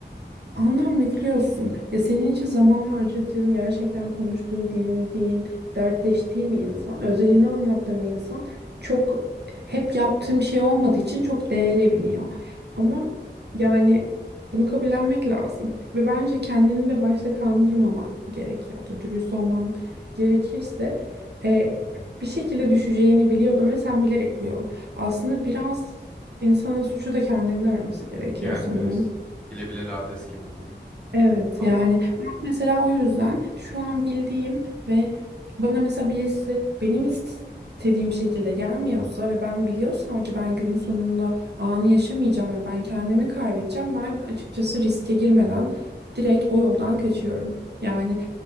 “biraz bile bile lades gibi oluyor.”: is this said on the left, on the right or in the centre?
Centre